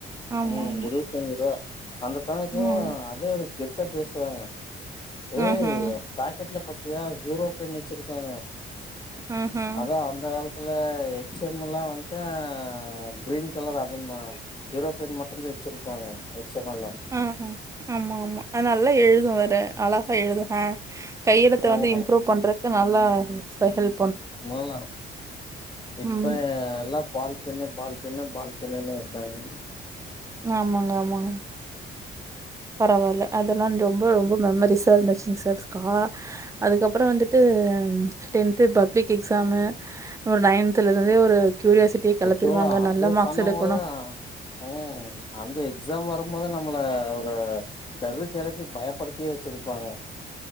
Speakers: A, on the right; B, on the left.
A: ஆமாமா.
B: ம் இருபத்தஞ்சு ரூவா அந்த பேனா வச்சிருந்தா
A: ம்.
B: அதே ஒரு கெத் த்தா பேசுவாங்க ஏ
A: ம்ஹ்ம்.
B: பேக்கெட்ல பத்தியா ஹூரோ பென் வச்சிருக் ஆ
A: ம்ஹ்ம்.
B: அதா அந்த காலத் சஎஃஷாம்லா வந்து கிரீன் கலர் அதுமா ஹூரோ பென் மட்டுந்தா வச்சிருப்பாங்க எம் எல்லா
A: ஆ அ ஆமா ஆமா அது நல்லா எழுது வேற அழகா எழுது ஆ கையெழுத்த
B: ம்
A: வந்து இம்ப்ரூவ் பண்ணுறக்கு நல்லா ஸ்பெஷல்
B: வாலா இப்ப
A: ம்.
B: எல்லா பால் பின்னு பால் பின்னு பால் பின்னுனு இருக்காங்க
A: ஆமாங்க ஆமாங்க
B: <inaudible>
A: பரவால்ல அதெல்லா ரொம்ப ரொம்ப மெமரிஸ்சா இருந்துச்சுங் சார் கா அதுக்கப்றோ வந்துட்டு ம் டென்து பப்ளிக் எக்ஸாம்மு ஒரு நைன்துல இருந்தே ஒரு கியூரியாசிட்டிய கெளப்பிருவாங்க.
B: ஆக்சுவா அது
A: நல்ல மார்க்ஸ்
B: பண்ணும்
A: எடுக்கணும்.
B: போது ம் அந்த எக்ஸாம் வரு போத நம்மள ஒரு டரு கெளப்பி பயப்படுத்தியே வச்சிருப்பாங்க